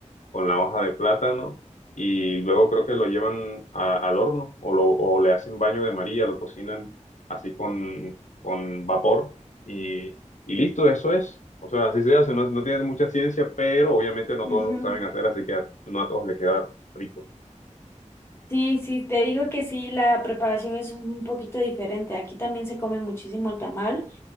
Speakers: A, on the left; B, on the left.
A: con la hoja de plátano y luego creo que lo llevan a- al horno o, lo- o le hacen baño de María, lo cocinan así con, con vapor y, y listo, eso es. O sea, así se hace, no, no tiene mucha ciencia, pero obviamente no
B: Ujú.
A: todos lo saben hacer, así que a- no a todos le queda rico.
B: Sí, sí, te digo que sí, la preparación es un poquito diferente. Aquí también se come muchísimo el tamal,